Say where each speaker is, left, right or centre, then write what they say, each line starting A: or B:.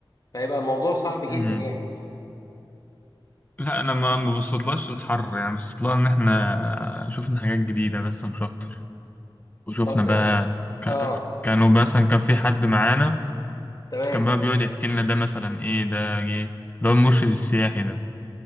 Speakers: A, on the left; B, on the left.
A: فهيبقى الموضوع صعب جدا
B: مم.
A: يعني
B: لا أنا ما ما بصيتلهاش الحر يعني بصيتلها إن إحنا شفنا حاجات جديدة بس مش أكتر وشوفنا
A: طب
B: بقى
A: ايه
B: ك...
A: اه
B: كانوا مثلا كان في حد معانا
A: تمام
B: كان بقى بيقعد يحكي لنا ده مثلا ايه ده ايه اللي هو المرشد السياحي ده